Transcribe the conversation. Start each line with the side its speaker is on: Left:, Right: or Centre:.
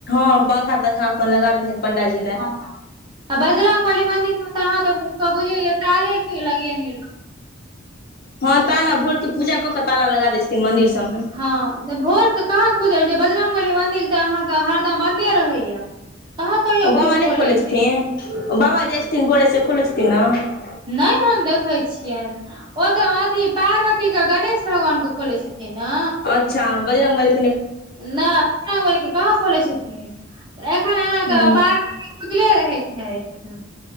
Left: हँ पंखा तंखा अपन लगा देने छै पंडाजी लए।
Right: हँ आ बजरंगग बली मंन्दिर मे <unintelligible> ताले को लगिय
Left: हँ ताला भोर के पूजा कऽ के ताला लगा दय छथिन मंदिर सबमे।
Right: हँ भोर के कहाँ खुजल छै बजरंगबली मंदिर तऽ अहाँके हरदम बन्दे रहैया। कहाँ कहियो
Left: ओ बाबा
Right: केओ
Left: नहि
Right: खोले
Left: खोलै छथिन
Right: छै
Left: ओ बाबा जाइ छथिन भोरेसँ खोलै छथिन न।
Right: नय हम देखै छियनि ओ तऽ अथिी पार्वती के गणेश भगवान के खोलैत छथिन। तेना
Left: अच्छा बजरंगबली
Right: नहि बजरंगबली के कहाँ खोलै छथिन एखन अहके
Left: ह
Right: पार्वती खुजले रहै छैथ।